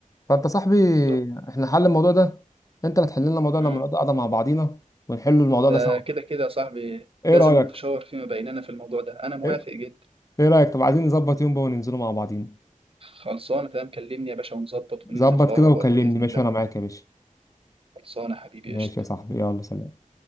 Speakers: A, on the left; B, on the right.
A: فانت صاحبي
B: بالظبط
A: احنا حل الموضوع ده انت اللي تحل لنا الموضوع
B: مم.
A: لما نقعد قاعده مع بعضينا ونحل الموضوع
B: ده
A: ده سوا
B: كده كده يا صاحبي
A: ايه
B: لازم
A: رايك
B: نتشاور فيما بيننا في الموضوع ده انا موافق
A: ايه
B: جدا
A: إيه رايك طب عايزين نظبط يوم بقى وننزلوا مع بعضينا
B: خلصانه تمام كلمني يا باشا ونظبط وننزل
A: ظبط
B: في اقرب
A: كده وكلمني
B: وقت باذن
A: ماشي
B: الله
A: وانا معاك يا باشا
B: خلصانه حبيبي
A: ماشي
B: قشطه
A: يا صاحبي يلا سلام